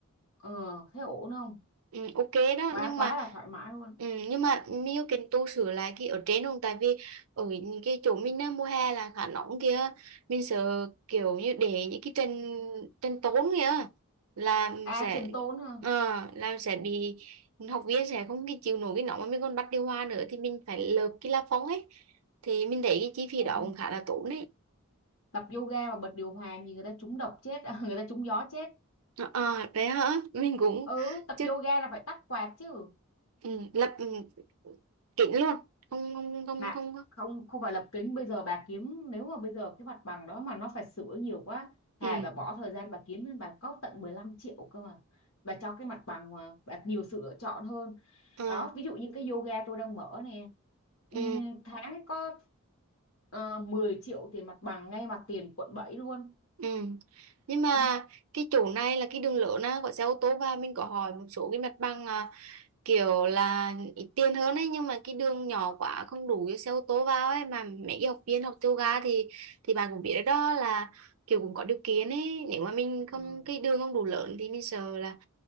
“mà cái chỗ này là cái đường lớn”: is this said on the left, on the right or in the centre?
Right